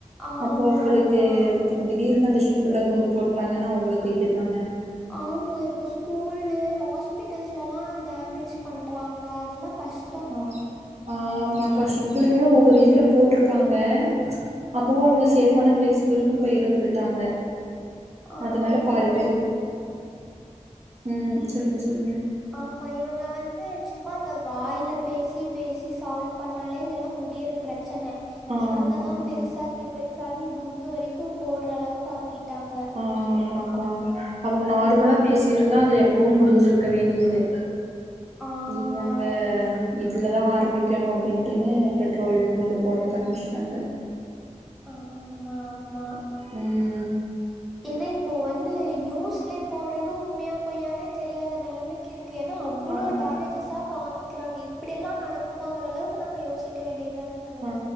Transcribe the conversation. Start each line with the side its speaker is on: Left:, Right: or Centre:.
Centre: ஆமா
Right: அப்போ அவுங்களுக்கு
Centre: ஆமா
Right: திடீர்னு அந்த ஷிப்புல குண்டு போட்டாங்கன்னா அவுங்களுக்கு இதுதானே
Centre: ஆமா இப்ப ஸ்கூல்ல ஹாஸ்பிட்டல்ஸ்லலா டாமேபிஜ் பண் ட்றாங்க அதெல்லா கஷ்
Right: அ ஆமாக்காஷ் இப்பயிமே ஒவ்வொரு இதுல போட்டிருக்காங்க அப்பவு அவங்க சேஃபான பிளேஸ்க்குன்னு போய் இருந்துகிட்டாங்க
Centre: ஆமா
Right: அதனால
Centre: இவங்க
Right: பாதி பேரு ம் சொல்லுங்க சொல்லுங்க
Centre: ஆமா இவங்க வந்து சும்மா இந்த வாயில பேசி பேசி சால்வ் பண்ணாலே இதெல்லா முடியற பிரச்சன
Right: ஆமாக்கா
Centre: இவங்க தா பெருசாக்கி பெருசாகி குண்டு வரைக்கு போடுற அளவுக்கு ஆக்கிட்டாங்க
Right: ஆமாக்கா அவங்க நார்மலா
Centre: இனி
Right: பேசியிருந்தா அது எப்பவோ முடிஞ்சிருக்க வேண்டியது
Centre: ஆமா
Right: இவங்க இதில தா ஆரம்பிக்கணு அப்டின்ட்டுனே பெட்ரோல் குண்டு போடுறக் ஆரமிச்டாங்க
Centre: ஆமா ஆமா
Right: ம்
Centre: ஏன்னா இப்போ வந்து நியூஸ்லயே போடுறது உண்மையா பொய்யானே தெரியாத நெலமைக்கு இருக்கு ஏன்னா அவ்ளோ
Right: ஆம்
Centre: டேமேஜஸா காமிக்கிறாங்க இப்டில்லா நடக்குமாங்குற அளவுக்கு நம்ம யோசிக்க வேண்டியதா இருக்கு
Right: ஆ